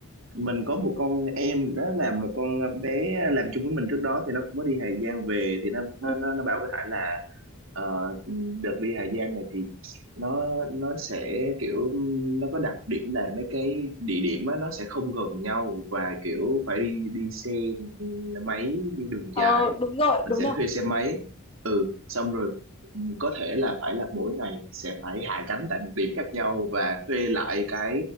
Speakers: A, on the right; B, on the left.
A: mình có một con em đó là một con bé làm chung với mình trước đó thì nó cũng mới đi Hà Giang về thì nó nó
B: ừ,
A: nó, nó bảo với Hải là ờ, đợt đi Hà Giang này thì nó nó sẽ kiểu nó có đặc điểm là mấy cái địa điểm á, nó sẽ không gần nhau và kiểu phải đi đi xe máy đi đường
B: ờ,
A: dài
B: đúng rồi
A: mình
B: đúng
A: sẽ
B: rồi
A: thuê xe máy ừ xong rồi ừ, có thể là phải là mỗi ngày sẽ phải hạ cánh tại một điểm khác nhau và thuê lại cái